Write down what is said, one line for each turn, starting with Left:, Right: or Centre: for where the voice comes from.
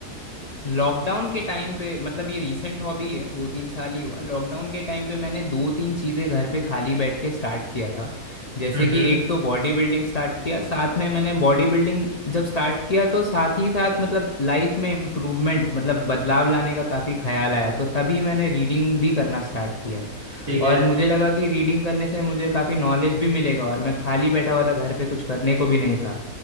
Left: लॉकडाउन के टाइम पे मतलब ये रीसेंट हॉबी है दो तीन साल ही हुआ लॉकडाउन के टाइम पे मैंने दो तीन चीज़ें घर पे खाली बैठ के स्टार्ट किया था जैसे
Right: हम्म
Left: कि
Right: हम्म
Left: एक तो बॉडी बिल्डिंग स्टार्ट किया साथ में मैंने बॉडी बिल्डिंग जब स्टार्ट किया तो साथ ही साथ मतलब लाइफ में इम्प्रूवमेंट मतलब बदलाव लाने का काफ़ी ख्याल आया तो तभी मैंने रीडिंग भी करना स्टार्ट किया
Right: ठीक है
Left: और मुझे लगा कि रीडिंग करने से मुझे काफ़ी नॉलेज भी मिलेगा और मैं खाली बैठा हुआ था घर पे कुछ करने को भी नहीं था